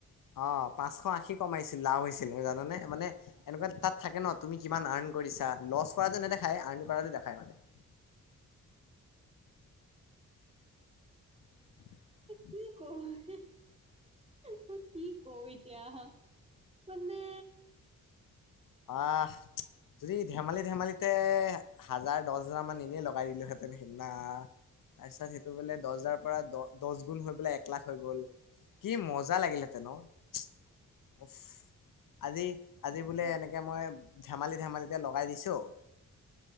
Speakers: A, on the left; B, on the right.
A: অহ' পাঁচশ আশী কমাইছিল লাভ হৈছিল মোৰ জানানে? মানে এনেকুৱা তাত থাকে ন। তুমি কিমান আৰ্ণ কৰিছা? লছ কৰাটো নেদেখায় আৰ্ণ কৰাটো দেখায় মানে- উ <inaudible>
B: <unintelligible> মই কি কও এতিয়া মানে?
A: আহ। যদি ধেমালি ধেমালিতে হাজাৰ দহ হাজাৰ মান এনেই লগাই দিলোহেঁতেন সিদিনা তাৰপিছত সেইটো বোলে দহ হাজাৰ পৰা দহ দহ গুণ হৈ বোলে এক লাখ হৈ গ'ল। কি মজা লাগিলে হেঁতেন উহ্ আজি আজি বোলে
B: অ',
A: এনেকে এতিয়া মই ধেমালি ধেমালিতে লগাই দিছোঁ